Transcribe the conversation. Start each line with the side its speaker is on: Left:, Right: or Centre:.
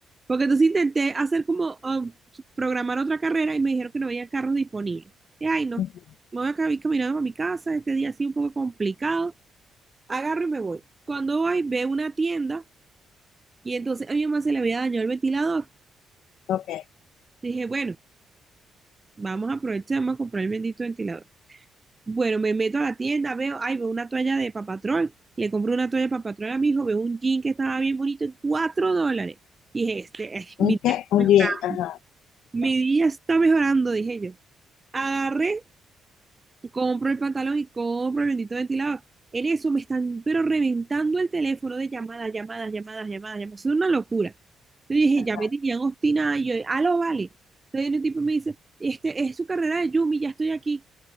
Right: Porque entonces intenté hacer como um, programar otra carrera y me dijeron que no había carros disponibles. Y ay, no,
Left: ujú,
Right: me voy a cami- caminando para mi casa, este día ha sido un poco complicado. Agarro y me voy. Cuando voy, veo una tienda y entonces a mi mamá se le había dañado el ventilador.
Left: ok,
Right: Dije, bueno, vamos a aprovechar, vamos a comprar el bendito ventilador. Bueno, me meto a la tienda, veo, ay, veo una toalla de papatrol Le compro una toalla de papatrol a mi hijo, veo un jean que estaba bien bonito en cuatro dólares. Dije, este, ay, mi
Left: un
Right: día
Left: qué, un
Right: me está,
Left: bien, ajá,
Right: mejorando, mi
Left: ok,
Right: día está mejorando, dije yo. Agarré, compro el pantalón y compro el bendito ventilador. En eso me están, pero reventando el teléfono de llamadas, llamadas, llamadas, llamadas, llamadas. Es una locura. Entonces dije,
Left: ajá,
Right: ya me tenían obstinada y yo, ah, lo vale. Entonces viene un tipo y me dice, este, es su carrera de Yumi, ya estoy aquí.